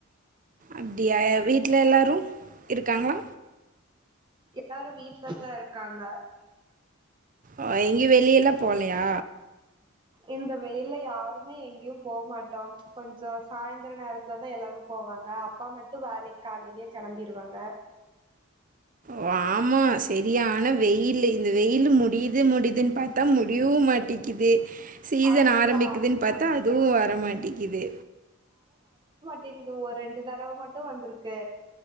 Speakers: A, on the right; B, on the right.
A: அப்டியா வீட்ல எல்லாரு இருக்காங்ளா
B: எல்லாரு வீட்லதா இருக்காங்க
A: அ எங்கயு வெளிய எல்லா போலயா
B: இந்த வெயில்ல யாருமே எங்கயு போ மாட்டோ கொஞ்சோ சாய்ந்தர நேரத்துல தா எல்லாரு போவாங்க அப்பா மட்டு வேலைக்கு காலைலே கெளம்பிருவாங்க
A: வாமா சரியான வெயிலு இந்த வெயிலு முடியுது முடியுதுன் பாத் தா முடியு மாட்டிக்கிது சீசன்
B: அதுதா
A: ஆரம்பிக்குதுன் பாத்தா அதுவு வரமாட்டிக்குது
B: டிங்கு ஒரு ரெண்டு தறவ மட்டு வந்துருக்கு